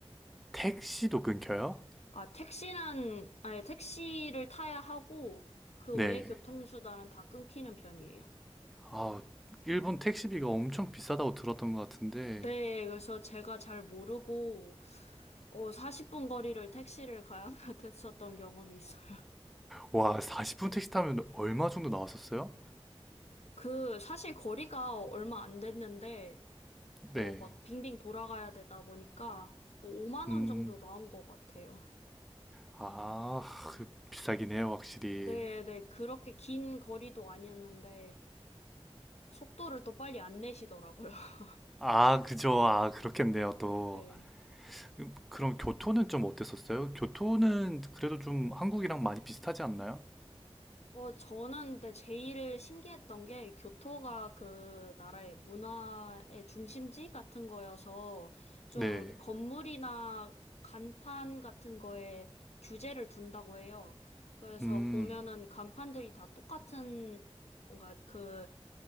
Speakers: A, in the centre; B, on the left (about 85°).
A: 택시도 끊겨요?
B: 아, 택시는, 아니, 택시를 타야 하고, 그
A: 네.
B: 외의 교통수단은 다 끊기는 편이에요.
A: 아, 일본 택시비가 엄청 비싸다고 들었던 것 같은데
B: 네, 그래서 제가 잘 모르고, 어, 40분 거리를 택시를 가야 <laughs> 됐었던 경험이 있어요.
A: 와, 40분 택시 타면 얼마 정도 나왔었어요?
B: 그, 사실 거리가 얼마 안 됐는데,
A: 네.
B: 어, 막 빙빙 돌아가야 되다 보니까, 5만
A: 음.
B: 원 정도 나온 것 같아요.
A: 아, 그 비싸긴 해요, 확실히.
B: 네, 네, 그렇게 긴 거리도 아니었는데, 속도를 또 빨리 안 내시더라고요. <laughs>
A: 아, 그죠. 아, 그렇겠네요, 또.
B: 네.
A: 음, 그럼 교토는 좀 어땠었어요? 교토는 그래도 좀 한국이랑 많이 비슷하지 않나요?
B: 어, 저는 근데 제일 신기했던 게 교토가 그 나라의 문화의 중심지 같은 거여서 좀
A: 네.
B: 건물이나 간판 같은 거에 규제를 둔다고 해요. 그래서
A: 음.
B: 보면은 간판들이 다 똑같은 뭔가 그